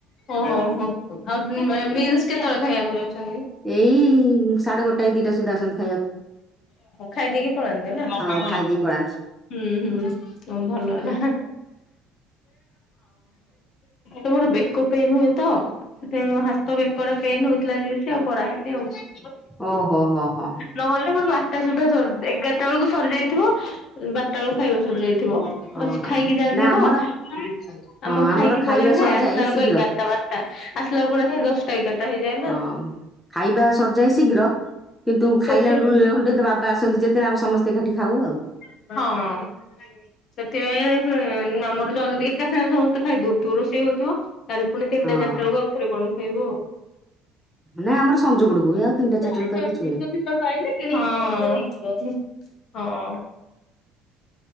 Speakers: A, on the left; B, in the centre.
A: ଓହୋ ହୋ ଆଉ ମିଲିସ କେତେବେଳେ ଖାଇବାକୁ ଯାଉଛନ୍ତି
B: ଏଇ ସାଢେ ଗୋଟାଏ ଦିଟା ସୁଦ୍ଧା ଆସନ୍ତି ଖାଇବାକୁ
A: ଖାଇଦେଇକି ପଳାନ୍ତି ନା
B: ହଁ ଖାଇଦେଇ ପଳାନ୍ତି।
A: ହୁଁ ହୁଁ କ ଭଲ ହେଲା ହଁ ତମର ବେକ ପେନ ହୁଏ ତ ସେଥି ହାତ କଡା ପେନ୍ ହଉଥିଲା ଯଏ ଆଉ କରାହେଇନି ଆଉ
B: ଓହୋ ହୋ ହୋ ହୋ
A: ନହେଲେ ମୋର ବାରଟା ସୁଦ୍ଧା ସ ଏଗାରଟା ବେଳକୁ ସରିଯାଇଥିବ ବାରଟା ବେଳକୁ ଖାଇବା ସରିଯାଇଥିବ
B: ଓହୋ
A: ଖାଇକି ଯାଆନ୍ତି
B: ନା ଆମର
A: ତ
B: ହଁ
A: ଆମର ଖାଇକି
B: ଖାଇବା
A: ପଳେଇବେ
B: ସରିଯାଏ
A: ଆସିଲା ବେଳକୁ
B: ଶୀଘ୍ର
A: ଏଗାର ଦଶଟା ବାରଟା ଆସିଲା ଗୁଡାକୁ ଦଶଟା ତ୍ା ହେଇଯେ
B: ହଁ ଖାଇବା ସର୍ଯାଏ ଶୀଘ୍ର କିନ୍ତୁ
A: ସେଥି
B: ଖାଇଲା ୁ ଘଣ୍ ବାବା ଆସନ୍ତି ଯେତେବେଳେ ଆମ ସମସ୍ତେ ଏକାଠି ଖାଉ ଆଉ
A: ହଁ ସେଥିପାଇଁ ଆମର ଜଲଦି ଏକା ସାଙ୍ଗରେ ସମସ୍ତେ ଖାଇଦଉଥିବ ରୋଷେଇ ହଉଥିବ। ତାର ପୁଣି ତିନଟା
B: ହଁ
A: ଚାରିା ବଳକୁ ଆଉଥରେ କଣ ଖାଇବ ଆଉ।
B: ମାନ ଆମର ସଞ୍ଜୁଡକୁ ଆଉ। ତିନିଟା
A: ହଁ
B: ଚାରିଟା ବେଳକୁ ଆଉ କିଛି ହୁଏନି
A: ହଁ।